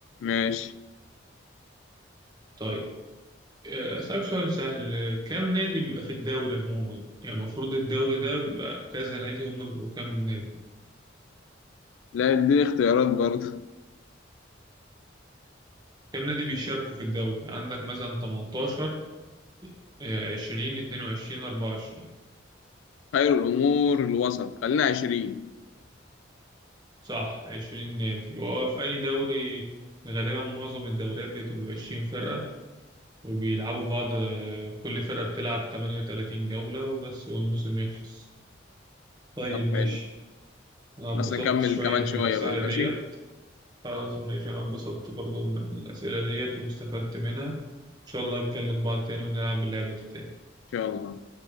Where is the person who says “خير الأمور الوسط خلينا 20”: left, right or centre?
Left